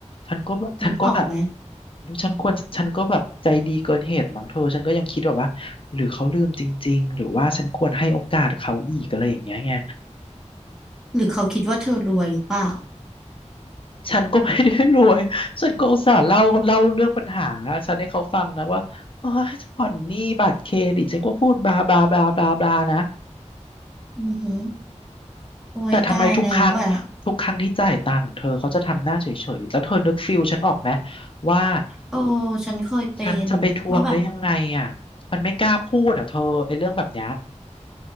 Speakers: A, on the left; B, in the centre.
A: ฉันก็แบบฉันก็แบบ
B: นึกออกไหม
A: ดูฉันควรฉันก็แบบใจดีเกินเหตุมั้งเธอฉันก็ยังคิดแบบว่าหรือเขาลืมจริงๆหรือว่าฉันควรให้โอกาสเขาอีกอะไรอย่างเงี้ยไง
B: หรือเขาคิดว่าเธอรวยหรือเปล่า
A: ฉันก็ไม่ได้รวยฉันก็อุตส่าห์เล่าเล่าเรื่องปัญหาฉันให้เขาฟังนะว่าโอ้ยผ่อนหนี้บัตรเครดิตฉันก็พูดบลาบลาบลาบลาบลานะ
B: อือหือโอ้ยตายแล้วอ่ะ
A: แต่ทำไมทุกครั้งทุกครั้งที่จ่ายตังค์เธอเขาจะทำหน้าเฉยๆแล้วเธอนึกฟิลฉันออกไหมว่า
B: โอ้ ฉันเคยเป็น
A: ฉันจะไปทวงได้ยังไงอ่ะมันไม่กล้าพูดอ่ะเธอไอ้เรื่องแบบเนี้ย
B: ว่าแบบ